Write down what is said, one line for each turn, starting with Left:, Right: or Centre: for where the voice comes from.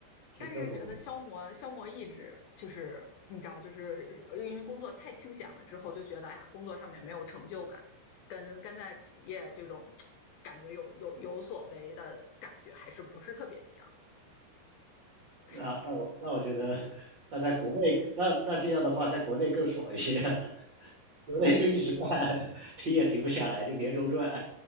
Right: 就政府
Left: 但是觉得消磨消磨意志，就是你知道，就是呃因为工作太清闲了之后，就觉得哎呀，工作上面没有成就感，跟跟在企业这种感觉有有有所为的感觉还是不是特别一样，<laughs>
Right: 那那我那我觉得那在国内那那这样的话，在国内更爽一些，<laughs> 国内就一直在 <laughs> 停也停不下来，就连轴转，